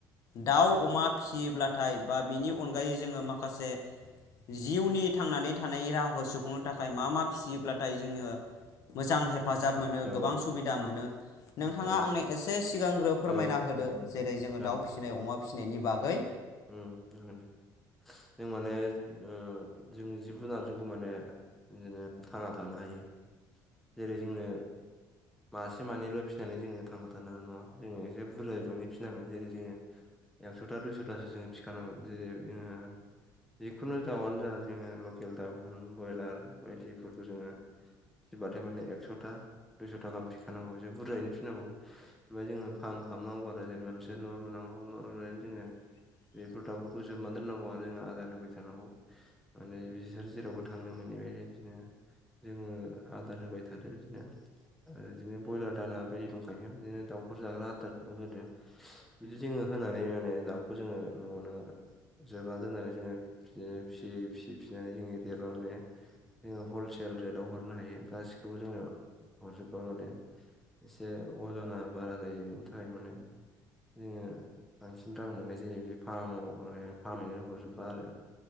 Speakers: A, on the left; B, in the centre.
A: दाउ अमा फिसियोब्लाथाय बा बिनि अनगायै जोङो माखासे जिउनि थांनानै थानाय राहाखौ सुफुंनो थाखाय मा मा फिसियोब्लाथाय जोङो मोजां हेफ फाजाब मोनो
B: औ
A: गोबां सुबिदा मोनो नोंथाङा
B: औ
A: आंनो एसे सिगांग्रो फोरमायना
B: औ
A: होदो जेरै जोङो
B: औ
A: दाउ फिसिनाय अमा फिसिनायनि बागै
B: उम जागोन दे जों माने ओ जोंनि जिब जुनारजोंबो माने बिदिनो थांना थानो हाय हायो जेरै जोङो मासे मानैल फिसिनानै जोङो थांना थानो हानाय नङा जोङो एसे बुरजा बिबांनि फिसिनांगोन जेरै जोङो एकस'था दुइस'थासो जोङो फिखानांगोन जेरै जोङो जिखुनु दाउआनो जा जोङो लकेल दाउ होन ब्रयलार बायदिफोरखौ जोङो फिबाथाय माने एकस'था दुइस'था गाहाम फिखानांगौ एसे बुरजायै फिसिनांगौ ओमफ्राय जोङो फार्मखौ खालामनांगौ आरो जेनेबा नोंसोर न' लुनांगौ न' लुनानै जोङो
A: <inaudible>
B: बेफोर दाउफोरखौ जोबनानै दोननांगौ आरो जों आदार होबाय थानांगौ माने बिसोर जेरावबो थांनो मोनैबाय बेदिनो जोङो आदार होबाय थादो बिदिनो बिदिनो ब्रयलार दाना बायदि दंखायो बिदिनो दाउ फोर जाग्रा आदारखौ होदो बिदि जोङो होनानै माने दाउ बेखौ जोङो न'आवनो जोबना दोननानै जोङो बिदिनो फिसियै फिसि फिसिनानै जोङो देरबा माने जोङो हलसेल रेटआव हरनो हायो गाैखौबो जोङो हरजोबबा माने एसे अजना बारा जायो बेनि थाखायनो जोङो बांसिन रां मोननाय जायो। जायो बिदि फार्माव फार्महैनानै हरजोबबा आरो